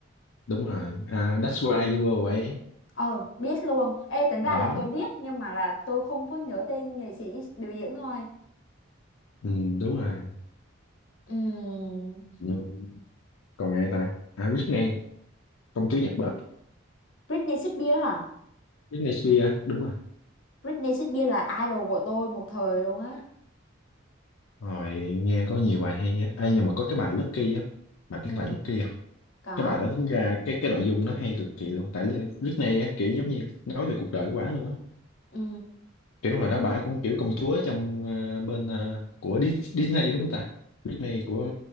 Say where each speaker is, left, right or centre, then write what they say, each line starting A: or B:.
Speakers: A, on the left (about 85°); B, on the left (about 65°).
A: đúng rồi à, That's Why You Go Away
B: Ờ, biết luôn. Ê, tính ra
A: đó
B: là tôi biết nhưng mà là tôi không có nhớ tên nghệ sĩ biểu diễn thôi.
A: ừ, đúng rồi
B: Ừm,
A: Ừ. còn ai ta à, Britney công chúa nhạc pop
B: Britney Spears hả?
A: Britney Spears đúng rồi
B: Britney Spears là idol của tôi một thời luôn á.
A: Rồi nghe có nhiều bài hay á. Ê, nhưng mà có cái bài Lucky á, bài
B: Ừ,
A: tiếng bài Lucky không?
B: có.
A: Cái bài đó tính ra cái cái nội dung nó hay cực kỳ luôn. Tại là lúc này á, kiểu giống như nói về cuộc đời của bả luôn á.
B: Ừ,
A: Kiểu hồi đó bả cũng kiểu công chúa trong ờ, bên ờ, của Dis- Disney đúng không ta? Disney của